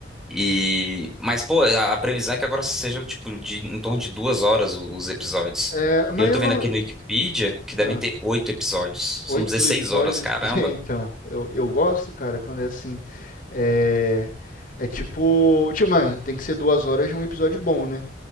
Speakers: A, in the centre; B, on the left (about 50°).
A: E... Mas, pô, a, a previsão é que agora seja, tipo, de, em torno de duas horas o- os episódios.
B: É, mas
A: eu tô
B: eu
A: vendo
B: não.
A: aqui no Wikipedia que devem
B: Ah.
A: ter oito episódios.
B: Oito
A: São 16
B: episódios.
A: horas, caramba.
B: de- <laughs> É, então, eu, eu gosto, cara, quando é assim. É, é tipo, tipo, mano, tem que ser duas horas de um episódio bom, né?